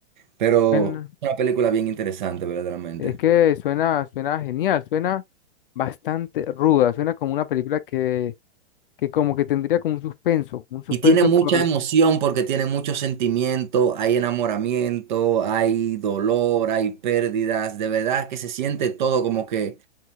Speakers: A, on the right; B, on the left.
A: Pero
B: suena-
A: una película bien interesante, verdaderamente.
B: es que suena, suena genial, suena bastante ruda, suena como una película que, que como que tendría como un suspenso, un suspenso
A: Y tiene mucha
B: por,
A: emoción porque tiene mucho sentimiento, hay enamoramiento, hay dolor, hay pérdidas, de verdad que se siente todo como que